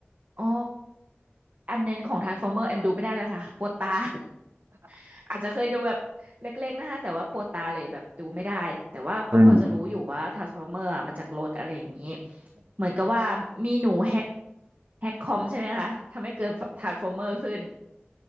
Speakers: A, on the right (about 45°); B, on the right (about 80°).
A: อ๋ออันนั้นของทรานส์ฟอร์เมอร์แอมดูไม่ได้แล้วค่ะปวดตา <laughs> อาจจะเคยดูแบบเล็กๆนะคะแต่ว่าปวดตาเลยแบบดูไม่ได้แต่ว่าก็พอจะรู้อยู่ว่าทรานส์ฟอร์เมอร์มาจากรถอะไรอย่างนี้
B: อืม
A: เหมือนกับว่ามีหนูแฮกแฮกคอมใช่ไหมคะทำให้เกิดทรานส์ฟอร์เมอร์ขึ้น